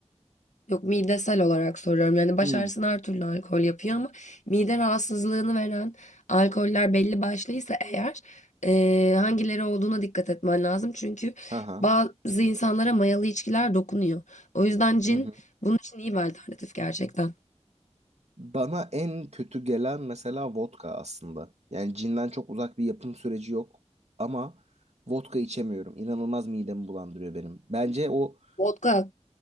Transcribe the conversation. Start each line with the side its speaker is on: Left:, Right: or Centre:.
Left: Yok midesel olarak soruyorum. Yani baş
Right: Hmm.
Left: ağrısına her türlü alkol yapıyor ama mide rahatsızlığını veren alkoller belli başlıysa eğer eee, hangileri olduğuna dikkat etmen lazım. Çünkü
Right: Haha.
Left: bazı insanlara mayalı içkiler dokunuyor. O yüzden cin
Right: Hı hı.
Left: bunun için iyi bir alternatif gerçekten.
Right: Bana en kötü gelen mesela vodka aslında. Yani cinden çok uzak bir yapım süreci yok ama vodka içemiyorum. İnanılmaz midemi bulandırıyor benim. Bence o
Left: Vodka,